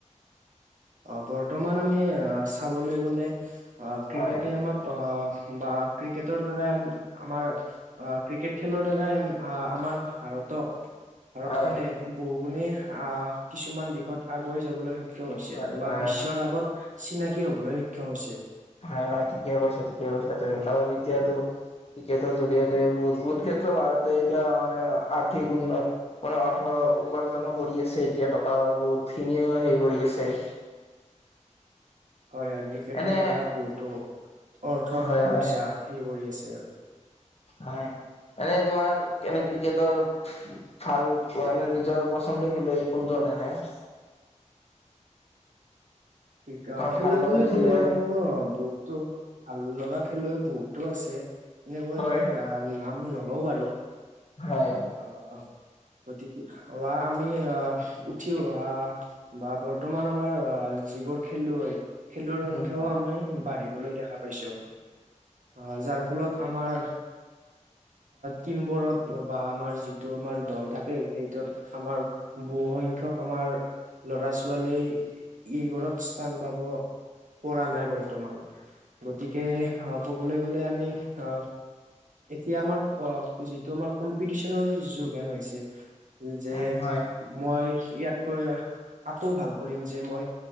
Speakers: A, on the right (about 80°); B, on the left (about 55°).
A: অ বৰ্তমান আমি চাবলৈ গলে অ ক্ৰিকেটে
B: হয়
A: আমাক অ বা ক্ৰিকেটৰ দ্বাৰাই আমাৰ অ ক্ৰিকেট খেলৰ দ্বাৰাই আমাৰ ইহঁতক ভাৰতখনে
B: হয়
A: বহুগুণে আ কিছুমান দিশত আগুৱাই যাবলৈ সক্ষম হৈছে।
B: হয়
A: বা
B: হয়
A: বিশ্বৰ আগত চিনাকি হবলৈ সক্ষম হৈছে।
B: হয়, হয়। ঠিকে কৈছা, ঠিকে কৈছা তই। কাৰণ এতিয়াতো ক্ৰিকেটৰ জৰিয়তে বহুত বহুত ক্ষেত্ৰত ভাৰতে এতিয়া মানে আৰ্থিক উন্ন মানে অৰ্থ উপাৰ্জনো কৰি আছে এতিয়া। টকা বহুত খিনিও হে কৰি আছে। <inaudible>
A: হয়, হয়। ক্ৰিকেটৰ
B: এনে
A: দ্বাৰা বহুতো অৰ্থ
B: হয়
A: টকা
B: হয়
A: পইচা হে কৰি আছে আৰু।
B: হয়, এনে তোমাৰ এনে ক্ৰিকেটৰ ভাল মানে নিজৰ পচন্দৰ খেলুৱৈ কোন জন এনে? <inaudible>
A: অ
B: ধৰ
A: খেলুৱৈ
B: ভাল লগা
A: বুলি
B: খেলুৱৈ
A: ক'লে আৰু মোৰ বহুতো ভাল লগা খেলুৱৈ বহুতো আছে। এনেকৈ
B: হয়
A: মই নাম নলওঁ বাৰু।
B: হয়
A: অ। গতিকে বা আমি আ উঠি অহা বা বৰ্তমান আমাৰ আ যিবোৰ খেলুৱৈ খেলুৱৈৰ সংখ্যাও
B: উম
A: আমি বাঢ়িবলৈ দেখা পাইছো। হয় যাৰ ফলত আমাৰ টিমবোৰত বা আমাৰ যিটো আমাৰ দল থাকে সেইটোত আমাৰ ব হু সংখ্যাক আমাৰ লৰা ছোৱালীয়ে এইবোৰত স্থান পাব। পৰা নাই বৰ্তমান। গতিকে আ ক'বলৈ গলে আমি আ এতিয়া আমাৰ যিটো আমাৰ কম্পিটিচনৰ যোগ হেন হৈছে। যে
B: উম হয়
A: মই ইয়াতকৈ আকৌ ভাল কৰিম যে মই